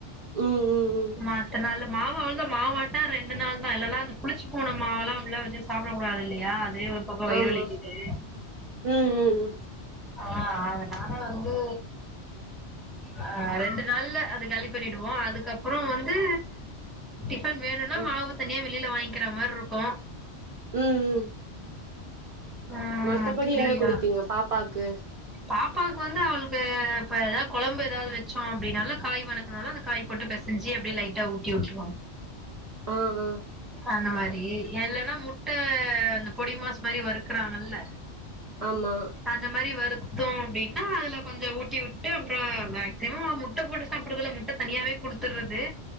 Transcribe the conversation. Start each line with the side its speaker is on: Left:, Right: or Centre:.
Right: ம் ம் ம்
Centre: மத்த நாள மாவு மாவட்டா ரெண்டு நாள் தா இல்லெல்லா அந்த புளிச்சு போன மாவெல்லா உள்ள வச்ச சாப்பிடக்க கூடாது இல்லையா அதே ஒரு பக்கம் வயிறு
Right: ஆமா
Centre: வலிக்குது
Right: ம் ம் ம்
Centre: ஆ அதனால வந்து ஆ ரெண்டு நாள்ள இது காலி பண்ணிடுவோம் அதுக்கப் அப்புறம் வந்து டிஃபன் வேணுன்னா
Right: ஆ
Centre: மாவு தனியா வெளில வாங்க்கிற மாரி இருக்கும்
Right: ம் ம்
Centre: ம்
Right: மத்தபடி
Centre: அப்டியா
Right: என்ன குடுப்பீங்க பாப்பாக்கு
Centre: பாப்பாவுக்கு வந்து அவளுக்கு இப்ப எதா கொழம்பு எதாவது வச்சோம் அப்படின்னால காய் வணக்கனால அந்த காய் போட்டு பெசஞ்சி அப்டே லைட்டா ஊட்டி உட்டுருவோம்
Right: ஆ ஆ
Centre: அந்த மாரி இல்லன்னா முட்ட அந்த பொடி மாஸ் மாரி வறுக்குறாங்க இல்ல
Right: ஆமா
Centre: அந்த மாரி வருத் தோம் அப்டின்னா அதுல கொஞ்சம் ஊட்டி உட்டு அப்புறம் மேக்சிமம் முட்ட போட்டு சாப்படறதுல முட்ட தனியாவே குடுத்தறது